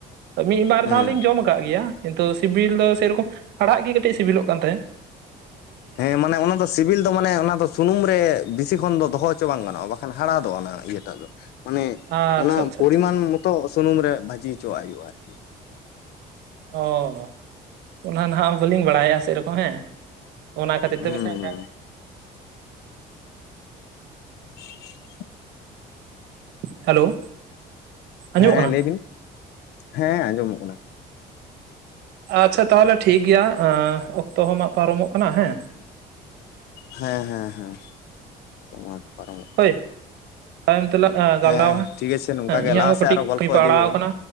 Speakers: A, on the right; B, on the left.
A: ᱢᱤᱫ
B: ᱦᱩᱸ
A: ᱵᱟᱨ ᱫᱷᱟᱣ ᱞᱤᱧ ᱡᱚᱢ ᱠᱟᱜ ᱜᱮᱭᱟ᱾ ᱠᱤᱱᱛᱩ ᱥᱤᱵᱤᱞ ᱫᱚ ᱥᱮᱨᱠᱚᱢ ᱦᱟᱲᱟᱜ ᱜᱮ ᱠᱟᱹᱴᱤᱡ ᱥᱤᱵᱤᱞᱚᱜ ᱠᱟᱱ ᱛᱟᱦᱮᱸ᱾
B: ᱦᱮᱸ ᱢᱟᱱᱮ, ᱚᱱᱟ ᱫᱚ ᱥᱤᱵᱤᱞ ᱫᱚ ᱢᱟᱱᱮ ᱚᱱᱟ ᱫᱚ ᱥᱩᱱᱩᱢ ᱨᱮ ᱵᱤᱥᱤ ᱠᱷᱚᱱ ᱫᱚ ᱫᱚᱦᱚ ᱦᱚᱪᱚ ᱵᱟᱝ ᱜᱟᱱᱚᱜᱼᱟ, ᱵᱟᱠᱷᱟᱱ ᱦᱟᱲᱟᱫᱚᱜ-ᱟ ᱚᱱᱟ ᱤᱭᱟᱹᱴᱟᱜ ᱫᱚ᱾ ᱢᱟᱱᱮ
A: ᱟᱪᱪᱷᱟ
B: ᱚᱱᱟ
A: ᱟᱪᱪᱷᱟ
B: ᱯᱚᱨᱤᱢᱟᱱ
A: ᱟᱪᱪᱷᱟ
B: ᱢᱚᱛᱚ ᱥᱩᱱᱩᱢ ᱨᱮ ᱵᱷᱟᱹᱡᱤ ᱦᱚᱪᱚᱣᱟᱜ ᱦᱩᱭᱩᱜᱼᱟ, ᱟᱨᱠᱤ᱾
A: ᱚ, ᱚᱱᱟ ᱱᱟᱦᱟᱜ ᱵᱟᱹᱞᱤᱧ ᱵᱟᱲᱟᱭᱟ ᱥᱮᱨᱚᱠᱚᱢ ᱦᱮᱸ ᱚᱱᱟ ᱠᱷᱟᱹᱛᱤᱨ ᱛᱮ
B: ᱦᱩᱸ
A: ᱯᱟᱥᱮ ᱚᱱᱠᱟ ᱦᱩᱭ
B: <inaudible>
A: ᱦᱮᱞᱳ? ᱟᱸᱡᱚᱢᱚᱜ
B: ᱦᱮᱸ
A: ᱠᱟᱱᱟ
B: ᱞᱟᱹᱭ ᱵᱤᱱ, ᱦᱮᱸ ᱟᱸᱡᱚᱢᱚᱜ ᱠᱟᱱᱟ᱾
A: ᱟᱪᱪᱷᱟ ᱛᱟᱦᱞᱮ ᱴᱷᱤᱠ ᱜᱮᱭᱟ᱾ ᱚᱠᱛᱚ ᱦᱚᱸ ᱢᱟᱜ ᱯᱟᱨᱚᱢᱚᱜ ᱠᱟᱱᱟ ᱦᱮᱸ᱾
B: ᱦᱮᱸ ᱦᱮᱸ ᱦᱮᱸ, ᱱᱚᱣᱟ ᱜᱮ ᱯᱟᱨᱚᱢ ᱠᱟᱱᱟ᱾
A: ᱦᱳᱭ ᱛᱟᱭᱚᱢ ᱛᱮᱞᱟᱝ ᱜᱟᱞᱟᱨᱟᱣᱟ
B: ᱦᱮᱸ ᱴᱷᱤᱠ ᱟᱪᱷᱮ ᱱᱚᱝᱠᱟ
A: ᱦᱮᱸ
B: ᱜᱮ
A: ᱤᱧᱟᱹᱜ
B: ᱞᱟᱦᱟ
A: ᱦᱚᱸ
B: ᱥᱮᱫ
A: ᱠᱟᱹᱴᱤᱡᱧ
B: ᱟᱨᱚ ᱜᱚᱞᱯᱚ
A: ᱯᱟᱲᱟᱣ
B: ᱤᱫᱤ ᱦᱩᱭᱩᱜᱼᱟ
A: ᱟᱠᱟᱱᱟ